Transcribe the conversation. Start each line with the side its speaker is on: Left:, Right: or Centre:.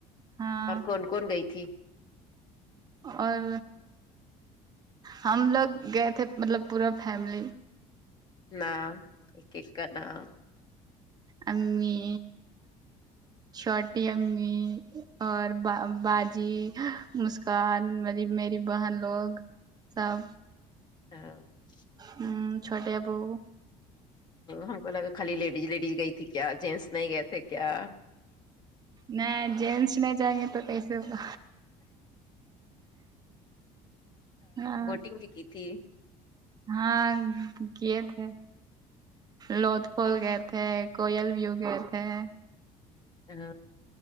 Right: ہاں
Left: اور کون کون گئی تھی
Right: اور ہم لوگ گئے تھے مطلب پورا فیملی
Left: نام ایک کا نام
Right: امی چھوٹی امی اور با با جی مسکان میر میری بہن لوگ سب
Left: ہیلو
Right: ہم چھوٹے ابو
Left: ہم کو لگا خالی لیڈی لیڈی گئی تھی کیا جنس نہیں گئے تھے کیا
Right: نہ جنس نہیں جائیں گے تو کیسے ہوگا ہاں
Left: وٹنگ بھی کی تھی
Right: ہاں کی تھے لوت پور گئے تھے کوئل ویو گے تھے ہے
Left: ہیلو